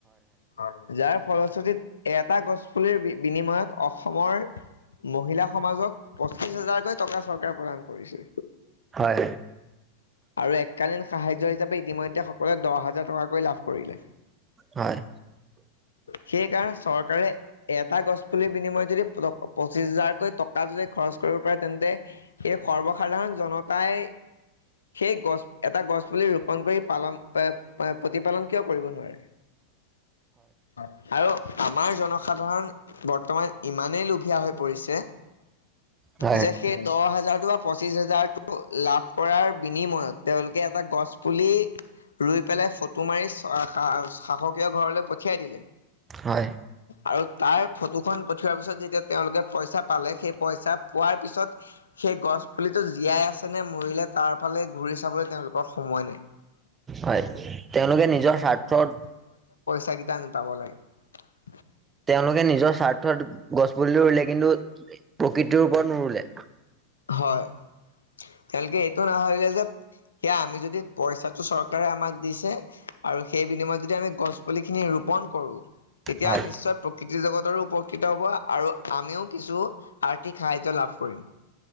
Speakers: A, on the left; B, on the right.
A: হয় যাৰ ফলশ্ৰতিীত এটা গছপুলিৰ বিনিময়ত অসমৰ মহিলা সমাজক পঁচিছ হাজাৰকৈ টকা চৰকাৰ প্ৰদান কৰিছে
B: হয়
A: আৰু এককালীন সাহ্য হিচাপে ইতিমধ্যে লে দহ হাজাৰ টকাকৈ লাভ কৰিলে।
B: হয়
A: সেইকাৰণে চৰকাৰে এটা গছ পুলি বিনিময়ত যদি পঁচিশ হাজাৰকৈ টকা যদি খৰচ কৰিব পাৰে তেন্তে সেই সৰ্বসাধাৰণ জনতাই সেই গছ এটা গছ পুলি ৰোপন কৰি পালন প্ৰতিপালন কিয় কৰিব নোৱাৰে। হয় আৰু। আমাৰ জনসাধাৰণ বৰ্তমান ইমানেই লোভীয়া হৈ পৰিছে।
B: হয়
A: যে সেই দহ হাজাৰ পঁচিছ হোজাৰটো লাভ কৰাৰ বিনিময়ত তেওঁলোকে এটা গছ পুলি ৰোই পেলে ফটো মাৰি চ সা - সা শাস ঘৰলৈ পঠিয়াই দিলে।
B: হয়
A: আৰু তাৰ ফটোখন পঠিওৱাৰ পিছত যেতিয়া তেওঁলোকে পইচা পালে সেই পইচা পোৱাৰ পিছত সেই গছ পুলিটো জীয়াই আছে নে মৰিলে তাৰ ফালে ঘূৰি চাবলৈ তেওঁলোকৰ সময় নাই।
B: হয় তেওঁলোকে নিজৰ স্বাৰ্থৰ
A: হেই গিতা নুতাব লাগে <unintelligible>
B: তেওঁলোকে নিজৰ স্বাৰ্থত গছ পুলি ৰুলে কিন্তু প্ৰকৃতিৰ ওপৰত নৰুলে।
A: হয় তেওঁলোকে এইটো নাভাবিলে যে সেইয়া আমি যদি পইচাটো চৰকাৰে আমাক দিছে আৰু সেই বিনিময়ত যদি আমি গছ পুলিখিনি ৰোপন কৰো তেতিয়া
B: হয়
A: নিশ্চয় প্ৰকৃতি জগতৰো উপকৃত হব আৰু আমিও কিছু আৰ্থিক সাহায্য লাভ কৰিম।